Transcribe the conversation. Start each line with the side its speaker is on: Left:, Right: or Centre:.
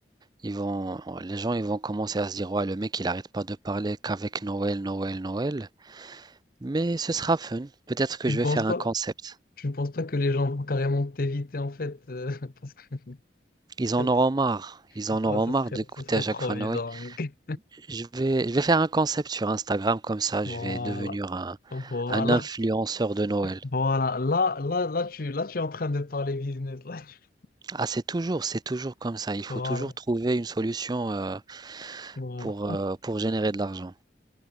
Right: Ils vont... Les gens, ils vont commencer à se dire, ouais, le mec, il n'arrête pas de parler qu'avec Noël, Noël, Noël. Mais ce sera fun. Peut-être que
Left: Tu
Right: je
Left: ne penses
Right: vais faire
Left: pas?
Right: un concept.
Left: Tu ne penses pas que les gens vont carrément t'éviter en fait euh, <laughs> parce que <laughs> ce
Right: Ils
Left: trop,
Right: en auront marre. Ils en
Left: ouais,
Right: auront
Left: ce
Right: marre
Left: serait,
Right: d'écouter
Left: ce serait
Right: à chaque
Left: trop
Right: fois
Left: bizarre,
Right: Noël.
Left: mec.
Right: Je vais, je vais faire un concept sur Instagram, comme ça,
Left: Voilà.
Right: je vais devenir un,
Left: Voilà.
Right: un influenceur de Noël.
Left: Voilà, là, là, là, tu, là, tu es en train de parler business. Là, tu-
Right: Ah, c'est toujours, c'est toujours comme ça. Il faut
Left: Voilà,
Right: toujours trouver une solution euh,
Left: voilà.
Right: pour, euh, pour générer de l'argent.